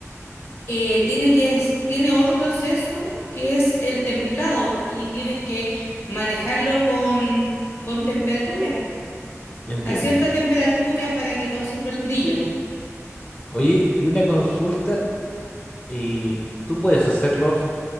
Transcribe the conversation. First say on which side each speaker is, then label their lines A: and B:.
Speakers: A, on the left; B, on the left.
A: eh, tiene que, tiene otro proceso que es el templado y tienes que manejarlo con, con temperatura,
B: Entiendo.
A: a cierta temperatura para que conserve el brillo.
B: Oye, y una consulta, eh, ¿tú puedes hacer los